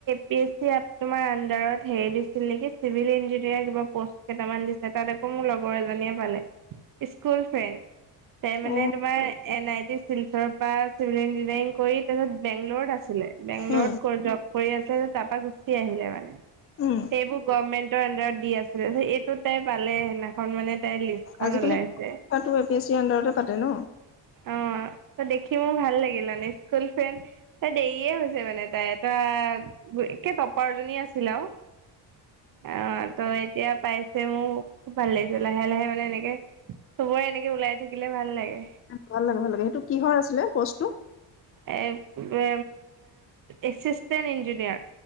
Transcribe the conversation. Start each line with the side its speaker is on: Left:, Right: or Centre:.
Right: পেচিৰাপ তোমাৰ আন্ধাৰত হেই দিছিল নেকি, চিভিল ইঞ্জিনিয়াৰ কিবা পষ্ট কেইটামান দিছে তাত আকৌ মোৰ লগৰ এজনীয়ে পালে, স্কুল ফ্ৰেণ্। তাইমানে
Left: অ',
Right: তোমাৰ এন আই টি চিলচৰ পৰা চিভিল ইঞ্জিনিয়াৰিং কৰি তাৰপিছত বেংগলত আছিলে, বেংগলৰত
Left: উম
Right: জব কৰি আছিলে তাৰ পৰা গুচি আহিলে মানে।
Left: উম
Right: সেইবোৰ গভমেন্টৰ আডাৰত দি আছিলে, এইটো তাই পালে সেইদিনাখন মানে তাই লিচখন
Left: আজিকালি
Right: ওলাইছে।
Left: পৰীক্ষাটো এ পি এছ চিৰ আণ্ডাৰতে পাতে ন
Right: অ ত দেখি মোৰ ভাল লাগিল মানে স্কুল ফ্ৰেণ্ড তাই দেৰিয়ে হৈছে মানে তাই এটা একে টপাৰজনী আছিল আৰু অ ত এতিয়া পাইছে মোৰ খুব ভাল লাগিছে লাহে লাহে মানে এনেকে চবৰে এনেকে ওলাই থাকিলে ভাল লাগে
Left: ভাল লাগে ভাল লাগে সেইটো কিহৰ আছিলে পষ্টটো
Right: এ উ এচিণ্ট ইঞ্জিনিয়াৰ